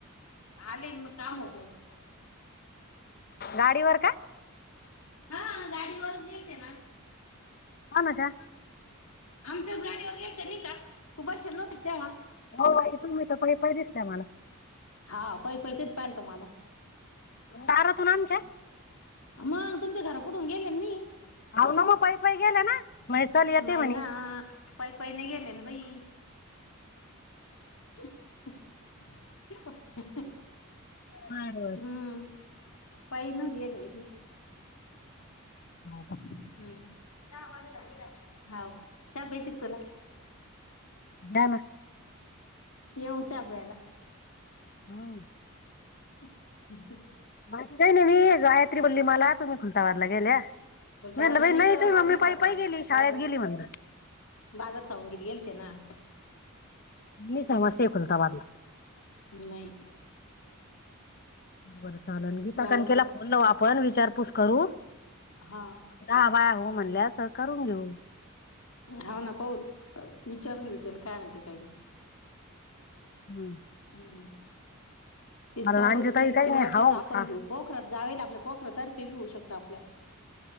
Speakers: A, on the left (about 80°); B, on the left (about 45°).
A: आले मग काम होत.
B: गाडीवर का?
A: हा, गाडीवरच गेलते ना.
B: कोणाच्या?
A: आमच्याच गाडीवर गेलते नि का. तू बसेल नव्हती तेव्हा.
B: होय, तुम्ही तर पाई- पाई दिसल्या मला.
A: हा पै- पै कधी, पाहिलं तु माला?
B: दारातून आमच्या.
A: मग, तुमच्या घरा पूडून गेले न मी.
B: हाव ना मग पई, पई गेल्या ना. म्हणजे चल येते
A: नाही
B: म्हणे
A: ना पई, पई नाही गेल्या ना बाई. <unintelligible>
B: बरोबर
A: हम्म, पई न गेले
B: हो का? <unintelligible>
A: हम्म, चहा पाणी झालीत काय? हाव चा पैजे का तुला?
B: घ्या ना.
A: येऊ च्या प्यायला.
B: हा.
A: <inaudible> <unintelligible>
B: बाकी काही नाही मी गायत्री बोलली मला तुम्ही खुलताबादला गेल्या.
A: खुलताबादला
B: मी म्हटलं बाई नाही
A: ग
B: तु
A: बाजार
B: ही मम्मी
A: सावंगीत
B: पाई, पाई गेली शाळेत
A: बाजार
B: गेली म्हणल.
A: बाजार साऊन गेलते ना.
B: मी समजते खुलताबादला.
A: नाई.
B: बर चालल गीताकान
A: बाजारच
B: केला फोन ना वापर विचारपूस करू.
A: हा.
B: दहा बाया हो म्हणल्यात तर करून घेऊ.
A: हाव ना पाऊन विचारून घेऊ त्याले काय म्हणते काही नाही.
B: हम्म.
A: हम्म, तेच
B: कारण
A: चालु
B: अंजूताई
A: होत
B: काही
A: तिला
B: नाही
A: वाटलं
B: हाव
A: होत आपण घेऊ. पोखरात गाव येल हे आपल्या पोखरा तर्फे बी होऊ शकता आपल.